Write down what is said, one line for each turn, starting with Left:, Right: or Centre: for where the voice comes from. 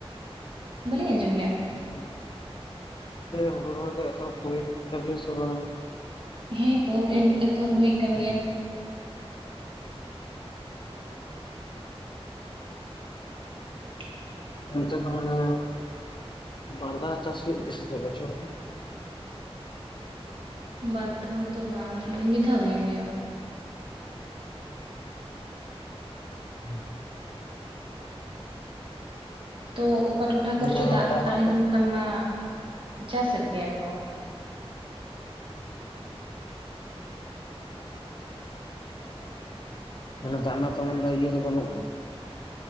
Right: ᱵᱟᱹᱞᱤᱧ ᱟᱸᱡᱚᱢ ᱞᱮᱜᱼᱟ᱾
Left: <unintelligible> ᱦᱳᱲᱚ ᱨᱚᱦᱚᱭ ᱮᱛᱚᱦᱚᱵ ᱦᱳᱭ ᱠᱮᱫᱟᱵᱤᱱ ᱥᱮ ᱵᱟᱝ?
Right: ᱦᱮᱸ ᱮᱛᱚ ᱮᱛᱚᱦᱚᱵ ᱦᱩᱭ ᱠᱟᱱ ᱜᱮᱭᱟ᱾ <inaudible>
Left: ᱚᱱᱛᱮ ᱫᱚ ᱢᱟᱱᱮ ᱵᱟᱨ ᱫᱷᱟᱶ ᱪᱟᱥ ᱦᱳᱭᱳᱜ ᱜᱮᱭᱟ ᱥᱮ ᱪᱮᱫ ᱵᱚᱪᱷᱚᱨ ᱨᱮ?
Right: ᱵᱟᱨ ᱫᱷᱟᱣ ᱫᱚ ᱵᱟᱝ ᱢᱤᱫ ᱫᱷᱟᱣ ᱜᱮ ᱦᱩᱭᱩᱜᱼᱟ᱾
Left: ᱦᱩᱸ
Right: ᱛᱚ ᱚᱠᱟ ᱴᱚᱴᱷᱟ ᱠᱚᱨᱮ
Left: ᱢᱟᱱᱮ
Right: ᱪᱚ ᱫᱟᱜ ᱠᱚ
Left: ᱨᱮᱱᱟᱜ
Right: ᱛᱟᱦᱮᱸ ᱞᱮᱱᱠᱷᱟᱱ ᱢᱟ, ᱪᱟᱥᱮᱫ ᱜᱮᱭᱟ ᱠᱚ᱾
Left: ᱢᱟᱱᱮ ᱫᱟᱜ ᱨᱮᱱᱟᱜ ᱮᱛᱚᱱ ᱫᱚ ᱤᱭᱟᱹ ᱫᱚ ᱵᱟᱹᱱᱩᱜᱼᱟ?